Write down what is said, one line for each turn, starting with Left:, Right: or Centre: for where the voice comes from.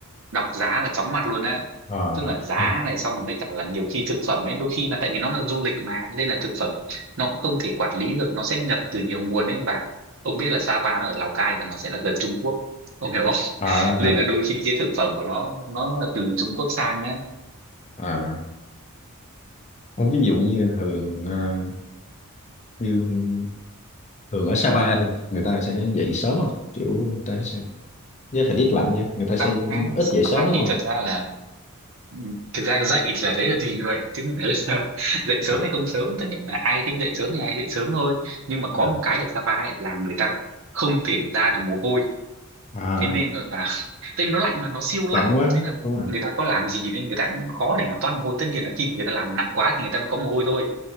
Right: đọc giá là chóng mặt luôn á
Left: à,
Right: tức là giá
Left: <laughs>
Right: này xong rồi với cả là nhiều khi thực phẩm ấy đôi khi là tại vì nó là du lịch mà nên là thực phẩm nó cũng không thể quản lý được nó sẽ nhập từ nhiều nguồn ấy và ông biết là Sapa nó ở Lào Cai và nó sẽ là gần Trung Quốc ông hiểu không
Left: à,
Right: nên là đôi khi cái thực phẩm của nó nó là từ Trung Quốc sang ấy
Left: à Ờ, ví dụ như thường ờ, như thường ở Sapa đi người ta sẽ dậy sớm
Right: Ừ.
Left: không kiểu người ta sẽ với thời tiết lạnh ra người ta sẽ
Right: Sapa
Left: ít
Right: Sapa
Left: dậy sớm đúng
Right: thì
Left: không
Right: thật ra là ừ, thực ra dậy thì là đấy là tùy người chứ không phải là <laughs> dậy sớm
Left: à,
Right: hay không sớm tất nhiên là ai thích dậy sớm thì ai dậy sớm thôi nhưng mà có
Left: à,
Right: một cái ở Sapa ấy là người ta không thể ra được mồ hôi
Left: à,
Right: thế nên là <laughs> tại vì nó lạnh mà nó siêu lạnh
Left: lạnh quá
Right: nên là
Left: đúng rồi
Right: người ta có làm gì nên người ta cũng khó để mà toát mồ hôi tất nhiên là khi mà người ta làm nặng quá thì người ta mới có mồ hôi thôi